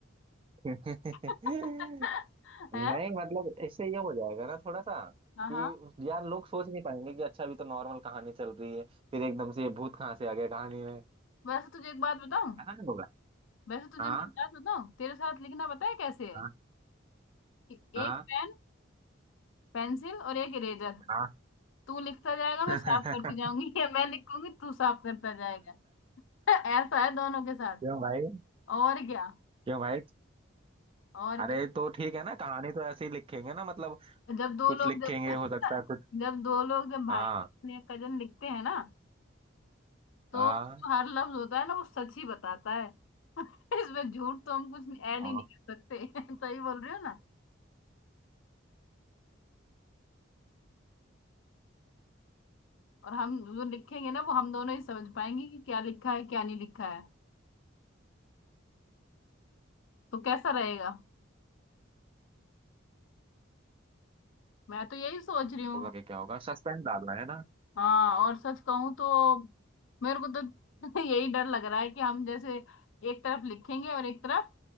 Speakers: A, on the right; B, on the left.
A: <laughs> नहीं
B: <laughs> है
A: मतलब इससे ये हो जाएगा ना थोड़ा सा
B: हाँ हाँ
A: कि यार लोग सोच नहीं पाएंगे कि अच्छा अभी तो नॉर्मल कहानी चल रही है फिर एकदम से ये भूत कहाँ से आ गया कहानी में
B: वैसे तुझे एक बात बताऊं
A: ऐसा नहीं
B: वैसे तुझे
A: हाँ
B: मैं एक बात बताऊं तेरे साथ लिखना पता है कैसे है
A: हाँ
B: कि
A: हाँ
B: एक पेन पेंसिल और एक इरेजर
A: हाँ
B: तू लिखता जाएगा
A: <laughs>
B: मैं साफ करती जाऊंगी <laughs> या मैं लिखूंगी तू साफ करता जाएगा <laughs> ऐसा है दोनों के साथ
A: क्यों भाई
B: और क्या
A: क्यों भाई
B: और
A: अरे
B: क्या
A: तो ठीक है ना कहानी तो ऐसे ही लिखेंगे ना मतलब
B: जब दो
A: कुछ
B: लोग
A: लिखेंगे
B: जब
A: हो सकता
B: <laughs>
A: है कुछ
B: जब दो लोग जब भाई
A: हाँ
B: या कजन लिखते हैं ना तो
A: हाँ
B: जो हर लफ्ज होता है ना वो सच ही बताता है <laughs> इसमें झूठ तो हम कुछ ऐड
A: हाँ
B: ही नहीं कर सकते <laughs> सही बोल रही हो ना और हम जो लिखेंगे ना वो हम दोनों ही समझ पाएंगे कि क्या लिखा है क्या नहीं लिखा है तो कैसा रहेगा मैं तो यही सोच रही हूँ
A: होगा कि क्या होगा सस्पेंस डालना है ना
B: हाँ और सच कहूँ तो मेरे को तो <laughs> यही डर लग रहा है कि हम जैसे एक तरफ लिखेंगे और एक तरफ